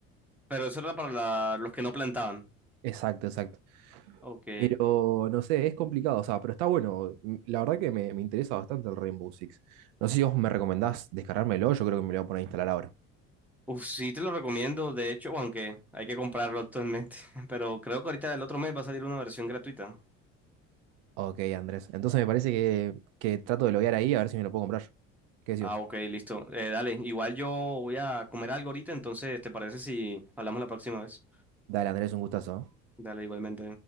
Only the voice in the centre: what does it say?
Pero eso era para la- los que no plantaban.
Ok.
Uf, sí te lo recomiendo, de hecho, aunque hay que comprarlo actualmente. <laughs> Pero creo que ahorita el otro mes va a salir una versión gratuita.
Ah,
ok, listo. Eh, dale, igual yo voy a comer algo ahorita, entonces, ¿te parece si hablamos la próxima vez?
Dale, igualmente.